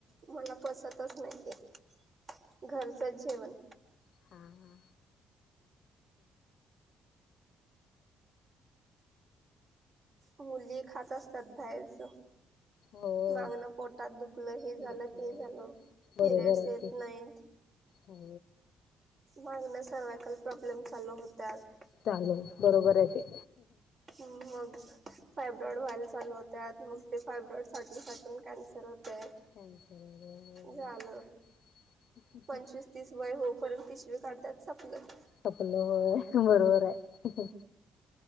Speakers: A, on the right (about 45°); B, on the left (about 70°).
A: मला पसतच नाय ते घरचच जेवण
B: हा हा
A: मुली खात असतात बाहेरच
B: हो
A: मागणं पोटात दुखलं हे
B: दुखलं
A: झालं ते झालं
B: बरोबर
A: फिरयड्स
B: आहे
A: येत
B: की
A: नाहीत.
B: हो.
A: मागण सर्वायकल प्रॉब्लेम चालू होत्यात.
B: चालू बरोबर हाय ते
A: हू मग फायब्रॉइड व्हायल चालू होत्या मग ते फायब्रॉइड साठून साठून कॅन्सर होतय.
B: कॅन्सल
A: झालं
B: <unintelligible>
A: पंचवीस तीस वय होऊपर्यंत पिशवी काढत्यात सपलं
B: खपलं होय बरोबर आय.